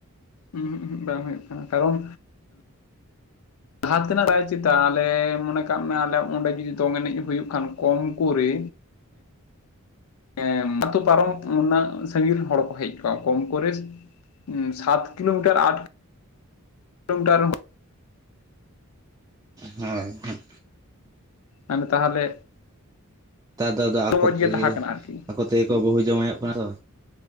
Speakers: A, on the left (about 75°); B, on the right (about 15°).
A: ᱩᱦᱩᱸ ᱩᱦᱩᱸ ᱵᱟᱝ ᱦᱩᱭᱩᱜ ᱠᱟᱱᱟ ᱠᱟᱨᱚᱱ ᱞᱟᱦᱟ ᱛᱮᱱᱟᱜ ᱨᱟᱭ ᱪᱮᱛᱟᱱ ᱟᱞᱮ ᱢᱚᱱᱮ ᱠᱟᱜ ᱢᱮ ᱟᱞᱮ ᱚᱸᱰᱮ ᱡᱩᱫᱤ ᱫᱚᱝ ᱮᱱᱮᱡ ᱦᱩᱭᱩᱜ ᱠᱷᱟᱱ ᱠᱚᱢᱠᱚᱨᱮᱹ ᱮᱸ ᱱᱟᱹᱛᱩ ᱯᱟᱨᱚᱢ ᱩᱱᱟᱹᱜ ᱥᱟᱺᱜᱤᱱ ᱨᱮᱱ ᱦᱚᱲ ᱠᱚ ᱦᱮᱡ ᱠᱚᱜᱼᱟ ᱠᱚᱢ ᱠᱚᱨᱮᱹ ᱥᱟᱛ ᱠᱤᱞᱳᱢᱤᱴᱟᱨ ᱟᱴ ᱞᱳᱴᱟᱨ
B: ᱦᱳᱭ ᱦᱩ
A: ᱟᱱᱮ ᱛᱟᱦᱚᱞᱮ
B: ᱛᱟᱨ ᱫᱚ ᱟᱫᱚ ᱟᱠᱚ
A: ᱢᱚᱸᱡᱽ
B: ᱛᱮᱜᱮ
A: ᱜᱮ ᱛᱟᱦᱮᱸ ᱠᱟᱱᱟ ᱟᱨᱠᱤ
B: ᱟᱠᱚ ᱛᱮᱜᱮ ᱠᱚ ᱵᱟᱹᱦᱩ ᱡᱟᱶᱟᱭᱚᱜ ᱠᱟᱱᱟ ᱛᱚ᱾